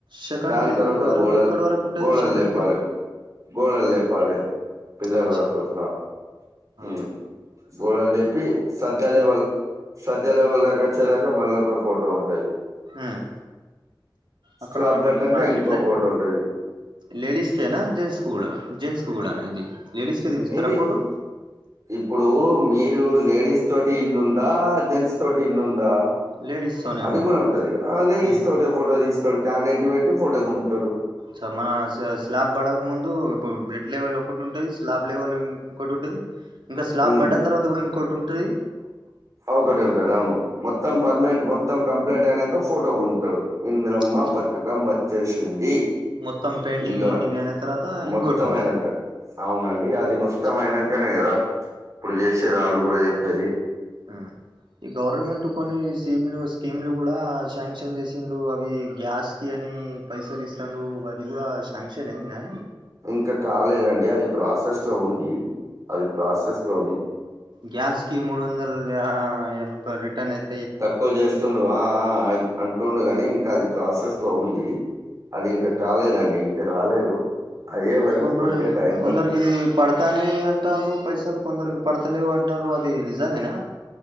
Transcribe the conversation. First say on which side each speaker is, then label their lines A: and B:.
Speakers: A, on the right; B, on the right.
A: సెకండ్
B: దాని
A: బిల్
B: తర్వాత
A: కి వరకు
B: గోడళ్
A: ఎక్కడ వరకు ఉంటది
B: గోడళ్
A: సెకండ్
B: లేపాలి
A: బిల్
B: గోడళ్ లేపాలి పిల్లర్
A: అచ్చా
B: లతో సహా
A: ఆ
B: ఉమ్ గోడలు లేపి సజ్జ లేవల్ సజ్జ లెవల్ దకా వచ్చేదాకా మళ్ళ ఒక ఫోటో ఉంటది
A: ఉమ్ అక్కడ
B: స్లాబ్
A: వరకు
B: పడ్డాక
A: వచ్చి మా
B: ఇంకో
A: ఎట్లా
B: ఫోటో ఉంటాది
A: లేడీస్ కేనా జెంట్స్ కుడా కూడా జెంట్స్ కి కూడానా ఇది లేడీస్ కే దించుతారా
B: ఇది
A: ఫోటో
B: ఇప్పుడు మీరు లేడీస్ తోటి ఇల్లుందా జెంట్స్ తోటి ఇల్లుందా
A: లేడీస్ తోనే
B: అది కూడా ఉంటది ఆ లేడిస్
A: ఉమ్
B: తోటే ఫోటో తీస్తాడు క్యాండేటిని పెట్టి ఫోటో గుంజుతాడు
A: స మన స్లాబ్ పడక ముందు ఇప్పుడు బ్లడ్ లెవెల్ ఒకటి ఉంటది స్లాబ్ లెవెల్ ఇంకోటి ఉంటది ఇంకా స్లాబ్
B: ఉమ్
A: పడ్డ తర్వాత కూడా ఇంకోటి ఉంటది
B: ఒకటి ఉంటంది అవును మొత్తం పర్మనెంట్ మొత్తం కంప్లీట్ అయినాక ఫోటో గుంజుతాడు ఇంద్రమ్మ
A: అచ్చా
B: పతకం వచ్చేసింది
A: మొత్తం పెయింటింగ్
B: ఇల్లు
A: గింటింగ్
B: అని
A: అయిన తర్వాత
B: మొత్తం
A: ఇంకోటి ఉంటది
B: అయినాక అవునండి అది
A: అచ్చా
B: మొత్తం అయినాకనే కదా ఇప్పుడు చేసేది వాళ్ళు కూడా చెప్పేది
A: ఉం ఈ గవర్నమెంట్ కొన్ని స్కీమ్లు స్కీమ్లు కూడా శాంక్షన్ చేసిన్రు అవి గ్యాస్ కి అని పైసలు ఇస్తండు అది కూడా శాంక్షన్ అయిందా
B: ఇంక కాలేదండి అది ప్రాసెస్ లో ఉంది అది ప్రాసెస్ లో ఉ
A: గ్యాస్ కి మూడుందల్ల్ ఆ ఎంతో రిటర్న్ అయి
B: తక్కువ చేస్తుండు ఆ ఆ అంటుండు గాని ఇంకా అది ప్రాసెస్ లో ఉంది అది ఇంకా కాలేదండి ఇంక రాలేదు అయ్యే వరకు
A: కొన్ని
B: కొద్దగా
A: రోజులు
B: టైం
A: కొందరికి
B: పడుతది
A: పడతానే అంటనరు పైసలు కొందరికి పడతలేవు అంటన్నారు అది నిజంగానే